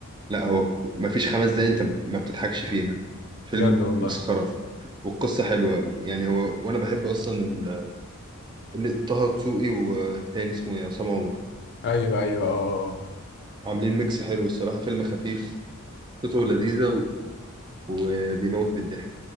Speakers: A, on the right; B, on the left.
A: لا هو ما فيش خمس دقايق انت ما بتضحكش فيها فيلم
B: بجد والله
A: مسخره والقصه حلوه يعني هو وانا بحب اصلا ال- ال- طه دسوقي والتاني اسمه ايه عصام عمر
B: ايوه ايوه اه آه، آه.
A: عاملين ميكس حلو الصراحه فيلم خفيف قصته لذيذه وبيموت من الضحك